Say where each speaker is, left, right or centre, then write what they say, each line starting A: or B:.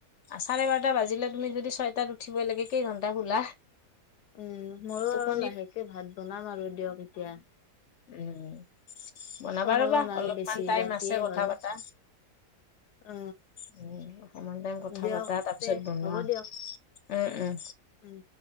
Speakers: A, on the left (about 50°); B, on the left (about 75°).
A: চাৰে বাৰটা বাজিলে তুমি যদি ছয়টাত উঠিবই লাগে কেইঘণ্টা শুলা?
B: উম, ময়ো
A: টোপনি
B: আৰু লাহেকে ভাত বনাম আৰু দিয়ক এতিয়া।
A: উম। বনাবা
B: সময়ো
A: ৰ'বা
B: নাই
A: অলপমান
B: বেছি
A: টাইম
B: ৰাতিয়ে
A: আছে কথা
B: হ'ল
A: পাতা।
B: অ
A: উম, অকমান টাইম কথা
B: দিয়ক
A: পাতা তাৰ
B: তে
A: পিছত বনোৱা,
B: হ'ব দিয়ক
A: উম উম।
B: উম।